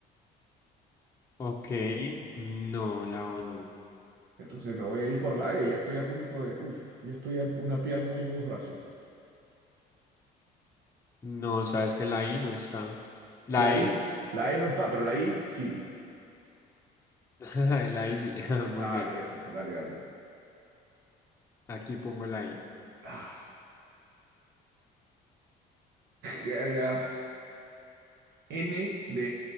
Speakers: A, on the left (about 15°); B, on the right (about 80°).
A: Ok, no, la O no.
B: Entonces me voy a ir por la E. Ya estoy a punto de. Uf. Ya estoy a una pierna y dos brazos.
A: No, sabes que la I no está. La
B: La I.
A: E.
B: La E no está, pero la I sí.
A: <laughs> La I sí, <laughs> muy
B: Ay,
A: bien.
B: eso, dale, dale.
A: Aquí pongo la I.
B: Ah, eh, ah, N de,